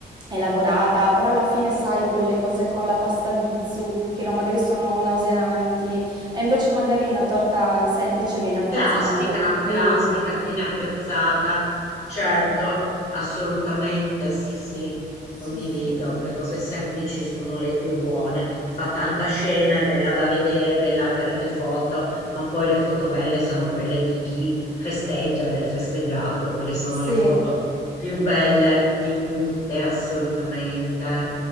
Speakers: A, on the right (about 25°); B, on the left (about 40°).
A: elaborata, però alla fine, sai, quelle cose con la pasta di zucchero magari sono nauseanti, e invece magari una torta semplice viene apprezzata
B: Classica,
A: un po' di
B: classica,
A: più.
B: viene apprezzata, certo, assolutamente, sì, sì,
A: Sì,
B: condivido,
A: sì.
B: le cose semplici sono le più buone, fa tanta scena, è bella da vedere, è bella per le foto, ma poi le foto belle sono quelle di chi festeggia, del festeggiato, quelle sono le
A: Sì,
B: foto più belle di tutte, assolutamente.